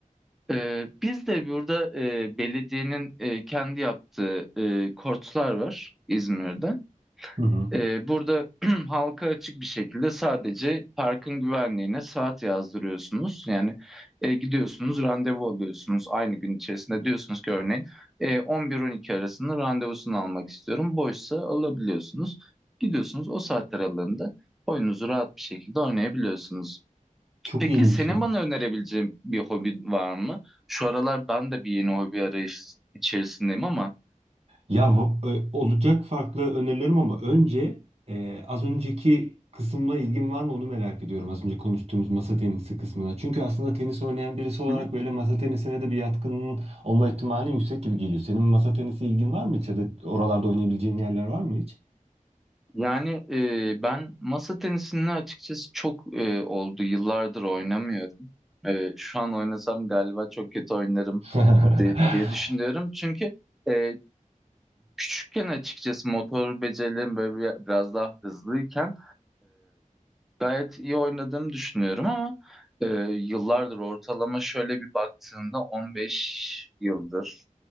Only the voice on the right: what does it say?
Hı hı.
Çok
iyiymiş
ya.
Ya v- ö- olacak farklı önerilerim ama önce e, az önceki kısımla ilgin var mı onu merak ediyorum. Az önce konuştuğumuz masa tenisi kısmına. Çünkü aslında tenis oynayan birisi olarak
böyle masa tenisine de bir yatkınlığın olma ihtimali yüksek gibi geliyor. Senin masa tenisi ilgin var mı hiç ya da oralarda oynayabileceğin yerler var mı hiç?
<laughs>